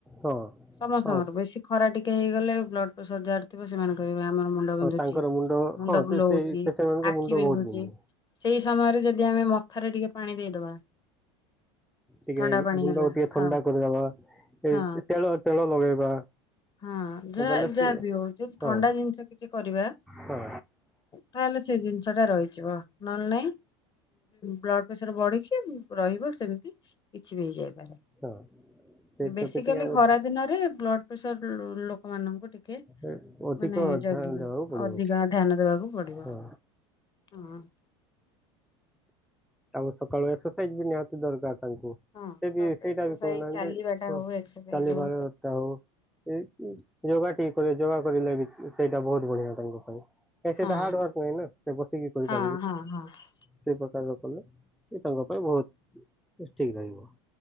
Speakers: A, in the centre; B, on the left.
A: ହଁ
B: ସମସ୍ତଙ୍କର
A: ହଁ
B: ବେଶୀ ଖରା ଟିକେ ହେଇଗଲେ ବ୍ଲଡ ପ୍ରେସର ଯାହାର ଥିବ ସେମାନେ କହିବେ ଆମର ମୁଣ୍ଡ ବିନ୍ଧୁଛି।
A: ହ ତାଙ୍କର ମୁଣ୍ଡ ହଁ ହଁ
B: ବୁଲଉଛି
A: ସେ ସେଇ ପେସେ ମାନଙ୍କ
B: ଆଖି
A: ମୁଣ୍ଡ
B: ବିନ୍ଧୁଛି।
A: ବହୁତ ବିଧୁ
B: ସେଇ ସମୟରେ ଯଦି ଆମେ ମଥାରେ ଟିକେ ପାଣି ଦେଇଦବା।
A: ଟିକେ
B: ଥଣ୍ଡା ପାଣି
A: ଗୁଣ୍ଡକୁ
B: ହେଲା
A: ଟିକେ ଥଣ୍ଡା
B: ହଁ
A: କରିଦବା
B: ହଁ
A: ଏ ତେଲ ତେଳ ଲଗେଇବା।
B: ହଁ ଯା
A: ବୋଲେ ସେ
B: ଯାହା ବି ହଉ ଯଦି
A: ହଁ
B: ଥଣ୍ଡା ଜିନିଷ କିଛି କରିବା।
A: ହଁ
B: ତାହେଲେ ସେ ଜିନିଷ ଟା ରହିଯିବ ନହେଲେ ନାଇଁ ବ୍ଲଡ଼ ପ୍ରେସର ବଢିକି ରହିବ ସେମତି। କିଛି ବି ହେଇଯାଇପାରେ
A: ହଁ ସେ
B: ବେସିକାଲି
A: ପ୍ରତି ଟିକେ ଆମ
B: ଖରାରେ ଦିନରେ ବ୍ଲଡ୍ ପ୍ରେସର ଲୋକମାନଙ୍କୁ ଟିକେ କେ
A: ଏ ଅଧିକ
B: ମାନେ ଯଗିବେ
A: ଧ୍ୟାନ ଦେବାକୁ ପଡିବ
B: ଅଧିକା ଧ୍ୟାନ ଦବାକୁ ପଡିବ।
A: ହଁ
B: ହଁ।
A: ତାଙ୍କୁ ସକାଳୁ ଏକ୍ସରସାଇଜ ବି ନିହାତି ଦରକାର ତାଙ୍କୁ।
B: ହଁ
A: ସେ ବି
B: ସବୁ
A: ସେଇଟା
B: ଏକ୍ସରସାଇଜ
A: ବି କରୁନାହାନ୍ତି
B: ଚାଲିବାଟା
A: ହ
B: ହଉ ଏକ୍ସରସାଇଜ
A: ଚାଲିବାରଟା ହଉ ଏ ଉୁଁ ଯୋଗା ଟିକେ କରିବେ ଯୋଗା କରିଲେ ବି ସେଇଟା ବହୁତ ବଢିଆ ତାଙ୍କ ପାଇଁ। ସେ ସେଇଟା
B: ହଁ
A: ହାର୍ଡ ୱାର୍କ ନାହିଁ ନା ସେ ବସିକି କରିପାରିବେ
B: ହଁ ହଁ ହଁ ହଁ
A: ସେଇ ପ୍ରକାର ଲୋକ ନା। ସେ ତାଙ୍କ ପାଇଁ ବହୁତ ଠିକ ରହିବ।